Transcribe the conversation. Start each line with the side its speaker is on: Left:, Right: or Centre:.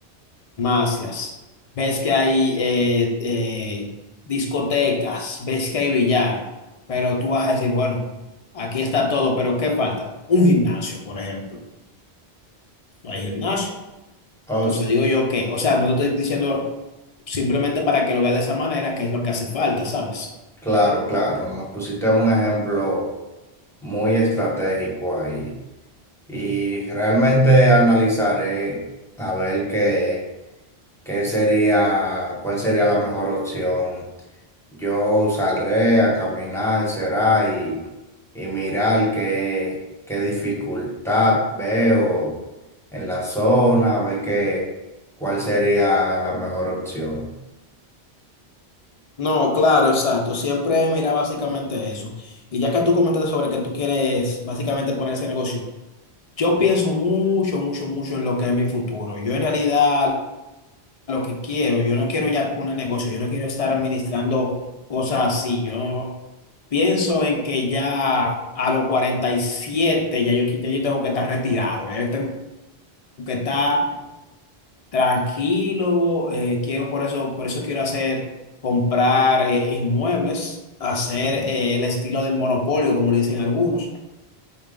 Left: farmacias, ves que hay eh, eh, discotecas, ves que hay billar, pero tú vas a decir, bueno, aquí está todo, pero ¿qué falta? Un gimnasio, por ejemplo. No hay
Centre: Sí.
Left: gimnasio.
Centre: Oh,
Left: Entonces,
Centre: sí.
Left: digo yo que, o sea, no te estoy diciendo simplemente para que lo veas de esa manera, que es lo que hace falta, ¿sabes?
Centre: Claro, claro, me pusiste un ejemplo muy estratégico ahí y realmente analizaré a ver qué, qué sería, cuál sería la mejor opción. Yo saldré a caminar, será, y, y mirar qué, qué dificultad veo en la zona, ver qué, cuál sería la mejor opción.
Left: No, claro, exacto. Siempre mira básicamente eso. Y ya que tú comentaste sobre que tú quieres básicamente poner ese negocio, yo pienso mucho, mucho, mucho en lo que es mi futuro. Yo en realidad lo que quiero, yo no quiero ya poner negocio, yo no quiero estar administrando cosas así. Yo pienso en que ya a los 47 ya yo, qui- ya yo tengo que estar retirado, ya yo tengo que estar tranquilo, eh, quiero por eso, por eso quiero hacer, comprar eh, inmuebles, hacer eh, el estilo del monopolio, como le dicen algunos,